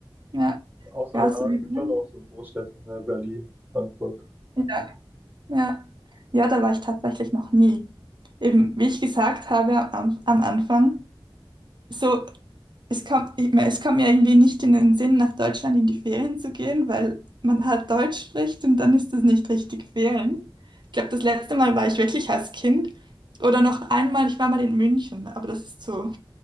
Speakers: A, on the right; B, on the right.
A: ja,
B: Außer
A: ja,
B: ja,
A: so wie
B: es gibt
A: Wien.
B: schon auch so Großstädte, ne, Berlin, Frankfurt.
A: Ja, ja. Ja, da war ich tatsächlich noch nie. Eben, wie ich gesagt habe am, am Anfang, so Es kommt, ich mein, es kommt mir irgendwie nicht in den Sinn, nach Deutschland in die Ferien zu gehen, weil man halt Deutsch spricht und dann ist das nicht richtig Ferien. Ich glaube, das letzte Mal war ich wirklich als Kind oder noch einmal, ich war mal in München, aber das ist so